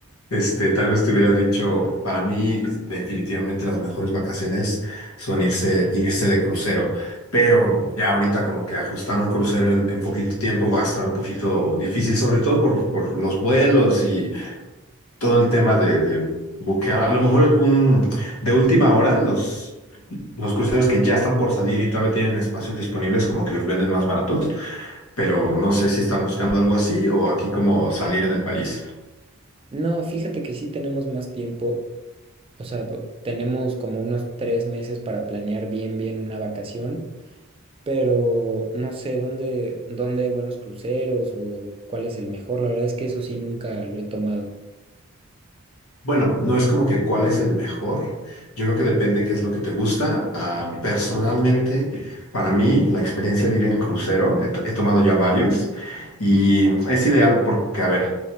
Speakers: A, on the left; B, on the right.
A: este, tal vez te hubiera dicho, para mí definitivamente las mejores vacaciones son irse, irse de crucero, pero ya ahorita como que ajustar un crucero en, en poquito tiempo va a estar un poquito difícil, sobre todo por, por los vuelos y todo el tema de, de buquear, a lo mejor un, de última hora los... Los cruceros que ya están por salir y todavía tienen espacios disponibles, como que los venden más baratos, pero no sé si están buscando algo así o aquí como salir en el país.
B: no, fíjate que sí tenemos más tiempo, o sea, po- tenemos como unos tres meses para planear bien, bien una vacación. pero no sé dónde, dónde hay buenos cruceros o cuál es el mejor. La verdad es que eso sí nunca lo he tomado.
A: Bueno, no es como que cuál es el mejor. Yo creo que depende qué es lo que te gusta. Ah, personalmente, para mí, la experiencia de ir en crucero, he, to- he tomado ya varios y es ideal porque, a ver,